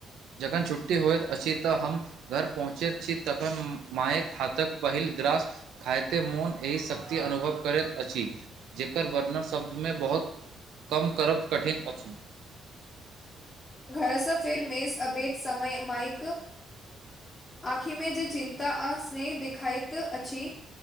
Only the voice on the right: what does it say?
जखन छुट्टी होइत अछि तऽ हम घर पहुँचैत छी तखन मायक हाथक पहिल ग्रास खाइते मोन एहि शक्ति अनुभव करैत अछि जकर वर्णर शब्दमे बहुत कम करब कठिन अछि